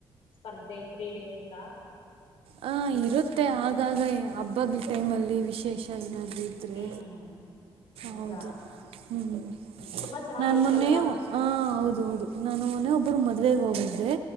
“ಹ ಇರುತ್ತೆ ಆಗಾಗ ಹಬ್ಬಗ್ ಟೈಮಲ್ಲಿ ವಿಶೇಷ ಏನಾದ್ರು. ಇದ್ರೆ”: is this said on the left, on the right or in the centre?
Right